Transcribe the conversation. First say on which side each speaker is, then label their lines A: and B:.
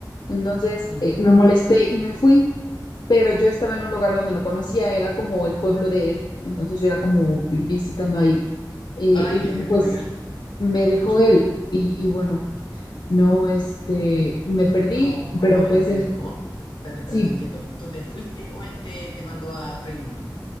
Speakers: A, on the left; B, on the left.
A: Entonces
B: ujú.
A: eh, me molesté y me fui, pero yo estaba en un lugar donde no conocía, era como el pueblo de él. Entonces yo era como vi- visitando ahí. Eh,
B: Ay,
A: y
B: qué
A: bueno, pues
B: radical.
A: me
B: Te
A: dejó
B: escucho.
A: él y, y bueno, no, este, me perdí,
B: ¿Cómo, cómo
A: pero
B: él
A: pues
B: te
A: él
B: dejó? Espérate, espérate,
A: sí,
B: no entiendo. ¿Tú te fuiste o él te, te mandó a freír mono?